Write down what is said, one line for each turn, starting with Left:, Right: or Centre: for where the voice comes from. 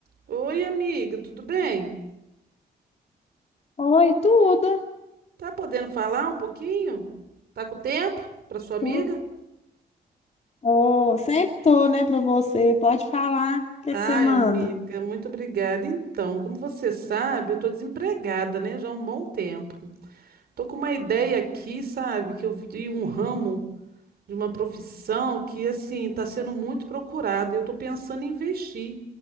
Right: Oi, amiga, tudo bem?
Left: Oi, tudo.
Right: Tá podendo falar um pouquinho? Tá com tempo para sua amiga?
Left: Tô- Ô, sempre tô, né, pra você. Pode falar. O que
Right: Ai,
Left: que você manda?
Right: amiga, muito obrigada. Então, como você sabe, eu tô desempregada, né, já há um bom tempo. Tô com uma ideia aqui, sabe, que eu vi um ramo de uma profissão que assim tá sendo muito procurado e eu tô pensando em investir.